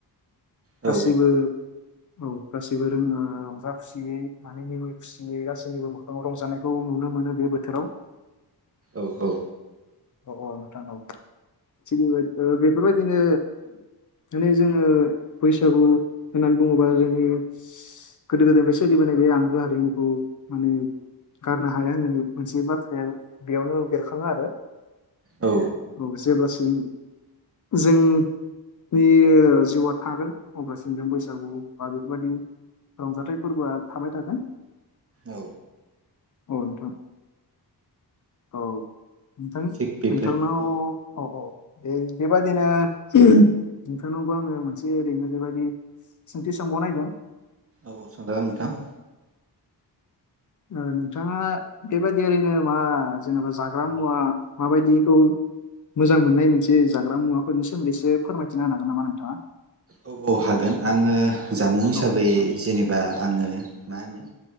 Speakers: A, on the right; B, on the left.
A: औ
B: गासैबो औ गासैबो रोङो रंजा खुसियै माने मिनि खुसियै गासैबो मोखाङाव रंजानायखौ नुनो मोनो बे बोथोराव।
A: औ औ।
B: अ अ नोंथां औ थिग बेबायदिनो ओ बेफोरबायदिनो दोनै जोङो बैसागु होननानै बुङोबा जोंनि गोदो गोदायनिफ्राय सोलिबोनाय बे आंगो हारिमुखौ माने गारनो हाया होननानै मोनसे बाथ्राया बेयावनो बेरखाङो आरो।
A: औ
B: औ जेब्ला जों जोंनि जिउआ थागोन अब्लासिम जों बैसागु बा बेफोरबायदि रंजाथाइ फोर्बोआ थाबाय थागोन।
A: औ।
B: औ नोंथां। औ नोंथां नोंथांनाव
A: थिग बेफोर औ
B: औ दे बेबादिनो नोंथांनावबो आङो मोनसे ओरैनो बेबायदि सोंथि सोंबावनागिरदों।
A: औ सोंजागोन नोंथां।
B: ओ नोंथाङा बेबादि ओरैनो मा जेनेबा जाग्रा मुवा माबायदिखौ मोजां मोननाय मोनसे जाग्रा मुवाफोरनि सोमोन्दै एसे फोरमायथिना होनो हागोन नामा नोंथाङा?
A: औ औ हागोन आङो जामु हिसाबै
B: औ
A: जेनेबा आङो मा होनो